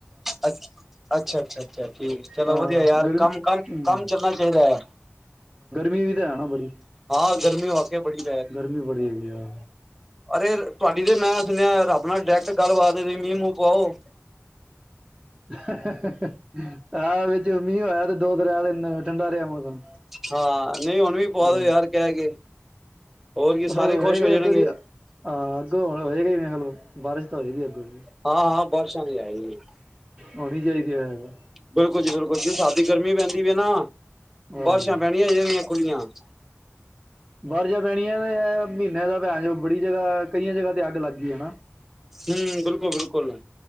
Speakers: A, in the centre; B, on the right.
A: ਅੱਛਾ ਅੱਛਾ ਅੱਛਾ। ਅੱਛਾ ਠੀਕ ਚਲੋ
B: ਹਾਂ
A: ਵਧੀਆ ਯਾਰ
B: ਗਰਮੀ
A: ਕੰਮ-ਕੰਮ-ਕੰਮ
B: ਹਮ
A: ਚੱਲਨਾ ਚਾਹੀਦਾ ਐ।
B: ਮੀ ਵੀ ਤੇ ਹੈ ਨਾ ਬੜੀ।
A: ਹਾਂ ਗਰਮੀ ਵਾਕੇਈ ਬੜੀ ਪੈ ਰਹੀ
B: ਗਰਮੀ
A: ਐ।
B: ਬੜੀ ਹੈਗੀ ਆ
A: ਅਰੇ ਤੁਹਾਡੀ ਤੇ ਮੈਂ ਸੁਣਿਆ ਰੱਬ ਨਾਲ ਡਾਇਰੈਕਟ ਗੱਲਬਾਤ ਐ, ਤੁਸੀਂ ਮੀਂਹ ਮੂੰਹ ਪੁਵਾਓ।
B: ਹਾਹ-ਹਾਹ-ਹਾਹ-ਹਾਹ ਆਹ ਵਿੱਚ ਮੀਂਹ ਹੋਇਆ ਤੇ ਦੋ <unintelligible> ਠੰਡਾ ਰਿਹਾ ਮੌਸਮ
A: ਹਾਂ। ਨਹੀਂ ਹੁਣ ਵੀ ਪੁਵਾ
B: ਹਾਂ
A: ਦਉ ਯਾਰ ਕਹਿ ਕੇ। ਹੋਰ ਕੀ ਸਾਰੇ
B: ਹੋਏਗਾ
A: ਖੁਸ਼ ਹੋ ਜਾਣਗੇ
B: ਈ ਅੱਗੋਂ ਦੀ ਆ ਹਾਂ ਅੱਗੋਂ ਹੁਣ ਹੋਏਗਾ ਹੀ। ਇਹ ਲੋ ਬਾਰਿਸ਼ ਤਾ ਹੋਏਗੀ ਅੱਗੋਂ। ਦੀ
A: ਹਾਂ-ਹਾਂ। ਬਾਰਿਸ਼ ਹਲੇ ਹੈ ਈ ਨਹੀਂ।
B: ਹੋਣੀ ਚਾਹੀਦੀ ਐ ਹੈਗਾ।
A: ਬਿਲਕੁਲ ਜੀ ਬਿਲਕੁਲ ਜਿਸ ਹਿਸਾਬ ਦੀ ਗਰਮੀ ਪੈਂਦੀ ਪਈ ਹੈ ਨਾ
B: ਆਹ
A: ਬਾਰਿਸ਼ਾਂ ਪੈਣੀਆਂ ਚਾਹੀਦੀਆਂ ਖੁੱਲੀਆਂ। ਬਲੈਂਕ
B: ਬਾਰਿਸ਼ਾਂ ਪੈਣੀਆਂ ਤੇ ਇਹ ਮਹੀਨੇ ਤਾਂ ਭੈਂ ਚੋ ਬੜੀ ਜਗ੍ਹਾ ਕਈਆਂ ਜਗ੍ਹਾ ਤੇ ਅੱਗ ਲੱਗ ਗਈ ਹੈ ਨਾ।
A: ਹੂੰ ਬਿਲਕੁਲ-ਬਿਲਕੁਲ।